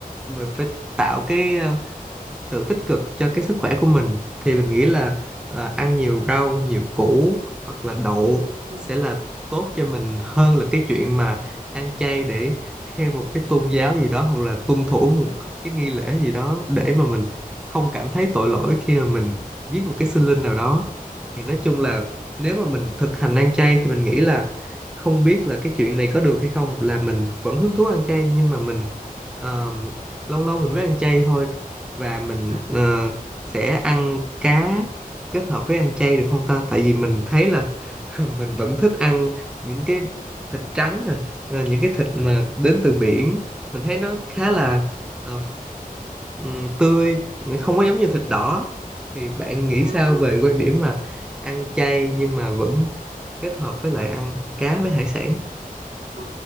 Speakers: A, in the centre; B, on the right.
A: mình phải tạo cái ờ, sự tích cực cho cái sức khỏe của mình thì mình nghĩ là à, ăn nhiều rau nhiều củ hoặc là đậu
B: Ừ.
A: sẽ là tốt cho mình hơn là cái chuyện mà ăn chay để theo một cái tôn giáo gì đó hoặc là tuân thủ một cái nghi lễ gì đó để mà mình không cảm thấy tội lỗi khi mà mình giết một cái sinh linh nào đó thì nói chung là nếu mà mình thực hành ăn chay thì mình nghĩ là không biết là cái chuyện này có được hay không là mình vẫn hứng thú ăn chay nhưng mà mình ờ, lâu lâu mình mới ăn chay thôi và mình
B: À.
A: ờ, sẽ ăn cá kết hợp với ăn chay được không ta tại vì mình thấy là <laughs> mình vẫn thích ăn những cái thịt trắng nè ờ, những cái thịt mà đến từ biển mình thấy nó khá là ờ, ừm, tươi
B: Ừ.
A: không có
B: Ừ.
A: giống như thịt đỏ thì bạn nghĩ
B: Ờ,
A: sao về quan điểm mà ăn chay nhưng mà vẫn kết hợp với lại ăn cá với hải sản
B: ờ.